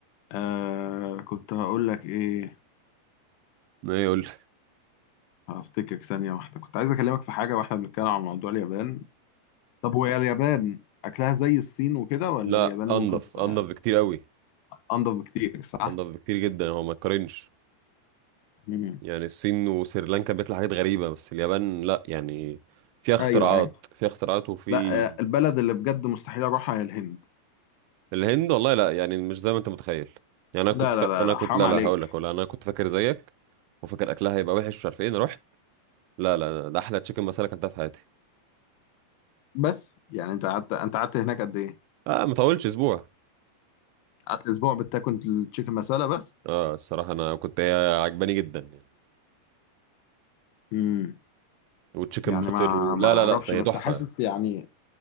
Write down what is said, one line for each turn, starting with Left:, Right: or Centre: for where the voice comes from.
Left: آه كنت هقول لك ايه
Right: ما يقول
Left: هفتكر ثانية واحدة كنت عايز اكلمك في حاجة واحنا بنتكلم عن موضوع اليابان طب هو اليابان اكلها زي الصين وكده ولا
Right: لا
Left: اليابان ممكن
Right: أنضف
Left: تبقى
Right: أنضف بكتير أوي
Left: انضف بكتير صح؟
Right: أنضف بكتير جدا هو ما يتقارنش
Left: مم.
Right: يعني الصين وسريلانكا بيطلع حاجات غريبة بس اليابان لا يعني فيها اختراعات
Left: ايوه ايوه
Right: فيها اختراعات وفي
Left: لا آه، البلد اللي بجد مستحيل اروحها هي الهند
Right: الهند والله لا يعني مش زي ما انت متخيل يعني
Left: لا
Right: انا كنت ف...
Left: لا لا
Right: انا
Left: لا
Right: كنت
Left: حرام
Right: لا
Left: عليك
Right: لا هقول لك ولا انا كنت فاكر زيك وفاكر اكلها هيبقى وحش مش عارف ايه انا رحت لا لا ده احلى تشيكن مسالة اكلتها في حياتي
Left: بس يعني انت قعدت انت قعدت هناك قد ايه؟
Right: اه ما طولش اسبوع
Left: قعدت اسبوع بتاكل التشيكن مسالة بس؟
Right: اه الصراحة انا كنت هي عجباني جدا يعني
Left: مم.
Right: وتشيكن
Left: يعني
Right: باتر
Left: ما
Right: و...
Left: ما
Right: لا
Left: اعرفش
Right: لا لا هي
Left: بس
Right: تحفة
Left: حاسس
Right: يعني.
Left: يعني